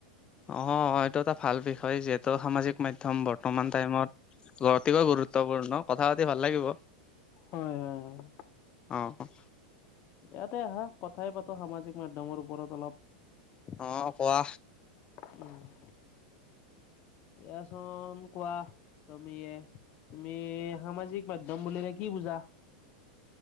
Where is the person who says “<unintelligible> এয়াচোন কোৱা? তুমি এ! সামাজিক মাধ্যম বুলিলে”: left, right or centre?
Left